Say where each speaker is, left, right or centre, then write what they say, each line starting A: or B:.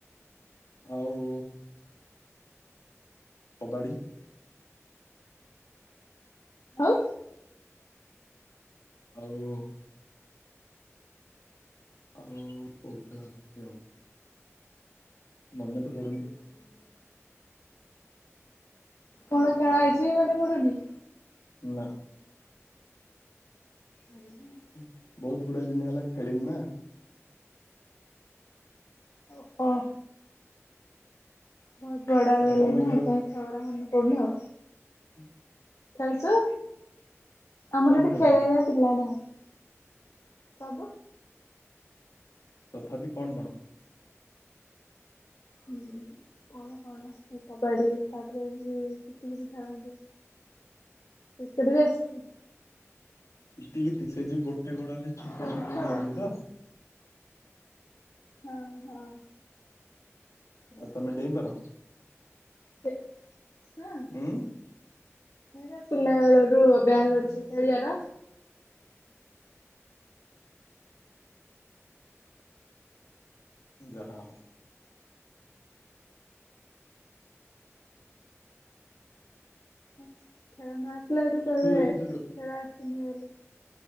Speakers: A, on the left; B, on the left.
A: ଆଉ କବାଡ଼ି।
B: ଆଉ
A: ଆଉ ଆଉ-ଉ-ଉ-ଉ ବହୁତ ଖେଳି ଆସୁଛି ଆଉ। ମନେ ତ‌ ପଡୁନି।
B: କଣ ଖେଳ ଆଇଚି ମନେ ପଡୁନି?
A: ନା।
B: <inaudible>
A: ହୁଁ, ବହୁତ ଗୁଡାଋ ଦିନ ହେଲା ଖେଳିନି ନା।
B: ଓହୋ ବହୁତ ବଡ
A: କାଇଁ
B: ହେଇଗଲେଣି
A: ତମେ
B: ନା, ହେଥିପାଇଁ ଖେଳଗୁରା ମନେ ପଡୁନି ଆଉ।
A: ହୁଁ।
B: ଖେଳୁଛୁ? ଆମର
A: କଣ
B: ଏଠି
A: ଖେଳୁଛ
B: ଖେଳିବା ପାଇଁ ପିଲା ନାହାନ୍ତି, ସବୁ
A: ତଥାପି କଣ କଣ?
B: ହୁଁ କଣ କଣ, ସେଇ କବାଡି ତାପରେ ଯୋଉ କିତିକିତି ଖେଳନ୍ତି। କ୍ରିକେଟ ବି ଆସିଛି।
A: କିତିକିତି ସେ ଯୋଉ ଗୋଟେ ଗୋଡରେ ଛୋଟେଇ
B: ଖେଳୁଛୁ
A: ଛୋଟେଇ
B: ଆଉ।
A: ଡିଅନ୍ତି ତ?
B: ହଁ ହଁ।
A: ଆଉ ତମେ ଡେଇଁପାର।
B: ସେ ହଁ ସେଇଟା
A: ଉଁ
B: ପିଲା ବେଳ ରୁ ଅଭ୍ୟାସ ଅଛି ଖେଳିବାର।
A: ଯାହା ହେଉ
B: ଉଁ ଖେଳନା ଆସିଲା ବେଳକୁ କହିବେ
A: ସ୍କୁଲରେ ଖେଳିଛ କେବେ
B: ଖେଳ ଆସିନି ବୋଲି